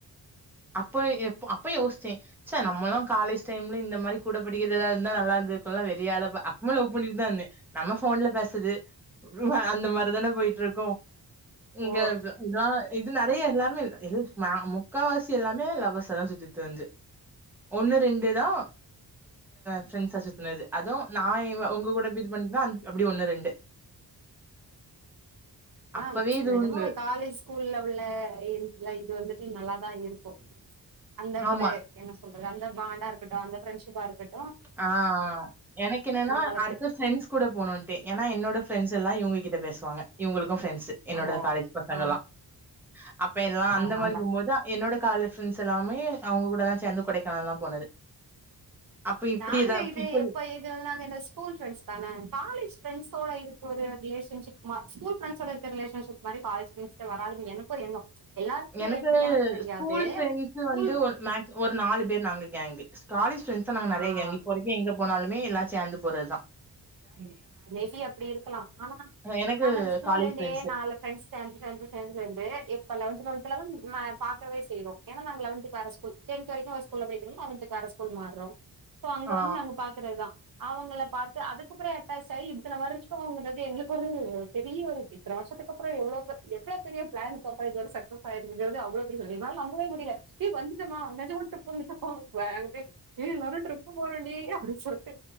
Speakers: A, in the centre; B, on the right.
A: அப்ப எ அப்ப யோசித்தேன் ச்சே நம்மல்லாம் காலேஜ் டைம்ல இந்த மாரி கூட படிக்கிறதுதா இருந்தா நல்லா இருக்கும்ல வெளியால அப்பவு லவ் பண்ணிட்டுதான் இருந்தேன் நம்ம போன்ல பேசுறது அந்த மாரிதானே போயிட்டு இருக்கும் இங்க
B: ஓ
A: இதான் இது ந இங்கையும் எல்லாரு எ முக்கால்வாசி எல்லாமே லவ்வர்சாதா சுத்திட்டு இருந்துசு ஒன்னு ரெண்டு தான் ஃப்ரெண்ட்ஸா சுத்துனது அதுவும் நான் உங்க கூட இது பண்ணதா அப்படி ஒண்ணு ரெண்டு
B: ஹ
A: அப்பவே இது உண்டு
B: காலேஜ் ஸ்கூல்ல உள்ள இது வந்துட்டு நல்லா இருக்கு இப்படி தான் இருக்கும் அந்த
A: ஆமா
B: ஒரு என்ன சொல்றது அந்த பாண்டா இருகட்டும் அந்த ஃப்ரெண்ஷிபா இருக்கட்டும்
A: ஆஹ் எனக்கு என்னன்னா
B: நம்மளுக்கு
A: அடுத்த ஃப்ரெண்ட்ஸ் கூட போணுன்ட்டு ஏன்னா என்னோட பிரெண்டஸ் எல்லாம் இவங்ககிட்ட பேசுவாங்க இவங்களுக்கு பிரெண்ட் என்னோட
B: ஓ
A: காலேஜ் பசங்க
B: ஆ
A: எல்லாம் அப்ப எல்லாம் அந்த
B: அதனால
A: மாரி போகும்போதான் என்னோட கால ஃப்ரெண்ட்ஸ் எல்லாமே அவங்ககூடதா சேந்து கொடைக்கானல் எல்லா போனது அப்ப இப்டி
B: நாங்க
A: எதா
B: இது
A: இப்ப
B: எப்ப இது வந்து நாங்க இந்த ஸ்கூல் ஃபிரெண்ட்ஸ்தான காலேஜ் ஃப்ரெண்ட்ஸோட இதுக்கு ஒரு ரிலேஷன்ஷிப் மா ஸ்கூல் ஃப்ரெண்ஸோட இருக்க ரிலேஷன்ஷிப் மாரி காலேஜ் ஃப்ரெண்ட்ஸ்கிட்ட வராதுன்னு எனக்கு ஒரு எண்ணோ எல்லாருக்குமே
A: எனக்கு
B: எப்டியான்னு தெரியாது
A: ஸ்கூல் ஃப்ரெண்ட்ஸ்
B: ஸ்கூல்
A: வந்து ஒரு மேக்ஸ் ஒரு நாலு பேர் நாங்க கேங்கு ஸ்காலேஜ் ஃபிரெண்ட்ஸ் நாங்க
B: ஆ
A: நெறைய கேங் இப்ப வரைக்கு எங்க போனாலுமே எல்லா சேந்து போறதுதா
B: ஓ மேபி அப்டி இருக்கலா ஆனா
A: எனக்கு
B: நாங்க அந்த ஸ்கூல்ல
A: காலேஜ்
B: இருந்தே
A: ஃப்ரெண்ட்ஸ்.
B: நாலு ஃபிரண்ட்ஸ் சேந்து சேந்து சேந்து வந்து இப்ப லெவன்த்து டுவெல்த் ல ஆஹ் பாக்கவே செய்றோ ஏன்னா நாங்க லெவன்த்துக்கு வேற ஸ்கூல் டென்த்து வரைக்கு ஒரு ஸ்கூல்ல படிக்கிறோ லெவன் த்துக்கு வேற ஸ்கூல் மார்றோ சோ அங்க
A: ஆ
B: வந்து நாங்க பாக்குறதுதா அவங்கள பாத்து அதுக் கப்றோ <unintelligible> ஆயி இத்தன வருஷோ அதாவ்து எங்களுக்கு ஒரு பெரிய ஒரு இத்தன வருஷத்துக்கு அப்றோ எவ்ளோ பெ எவ்ளோ பெரிய பிளானுக்கப்றோ இது ஒரு சக்ஸஸ் ஆயிருக்குங்கறது அவ்ளோ எப்டி சொல்றது எங்களால நம்பவே முடியல ஏ வந்துட்டமா நெஜமா ட்ரிப்பு வந்து இப்ப போ <unintelligible> ஏ எல்லா ட்ரிப்பு போறோண்டி அப்டின்னு சொல்ட்டு